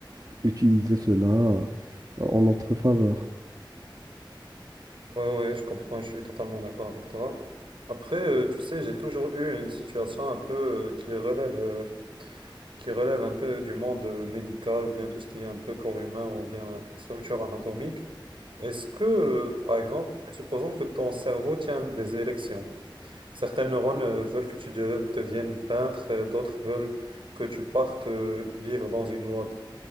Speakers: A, on the right; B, on the right.
A: utiliser cela euh, en notre faveur.
B: Ouais, ouais, je comprends, je suis totalement d'accord avec toi. Après, euh, tu sais, j'ai toujours eu une situation un peu euh, qui relève euh, qui relève un peu du monde médical ou bien tout ce qui est un peu corps humain ou bien structure anatomique. Est-ce que, euh, par exemple, supposons que ton cerveau tient des élections. Certains neurones euh, veulent que tu de- deviennes peintre, euh, d'autres veulent que tu partes euh, vivre dans une grotte.